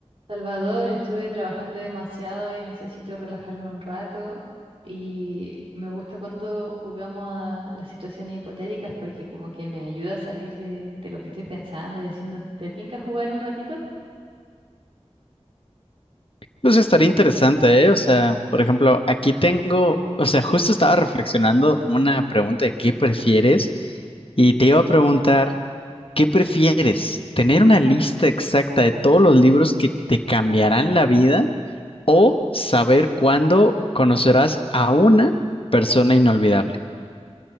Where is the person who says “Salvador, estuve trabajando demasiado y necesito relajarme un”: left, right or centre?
Right